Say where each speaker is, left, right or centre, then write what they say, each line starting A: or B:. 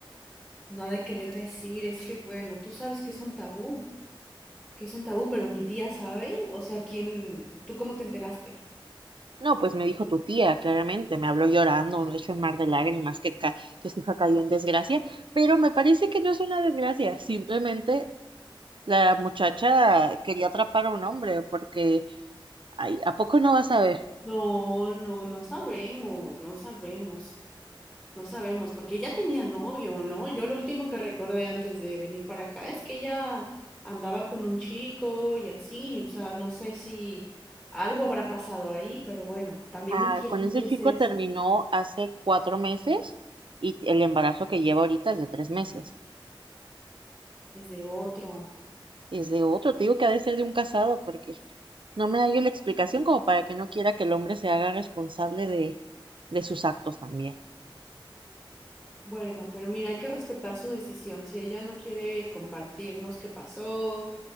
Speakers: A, in the centre; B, on the right.
A: No ha de querer decir, es que, bueno, tú sabes que es un tabú. que es un tabú, pero mi tía sabe, o sea, ¿quién, tú cómo te enteraste?
B: No, pues me dijo tu tía, claramente, me habló llorando, un hecho en mar de lágrimas, que, ca- que su hija cayó en desgracia, pero me parece que no es una desgracia, simplemente la muchacha quería atrapar a un hombre, porque, ay, ¿a poco no vas a ver?
A: No, no, no sabemos, no sabemos, no sabemos, porque ella tenía novio, ¿no? Yo lo último que recordé antes de venir para acá es que ella andaba con un chico y así, o sea, no sé si algo habrá pasado ahí, pero bueno, también
B: Ah,
A: mi tía,
B: con
A: cómo
B: ese
A: dice
B: chico
A: eso?
B: terminó hace cuatro meses y el embarazo que lleva ahorita es de tres meses,
A: Es de otro.
B: es de otro, te digo que ha de ser de un casado, porque no me da yo la explicación como para que no quiera que el hombre se haga responsable de, de sus actos también.
A: Bueno, pero mira, hay que respetar su decisión. Si ella no quiere compartirnos qué pasó,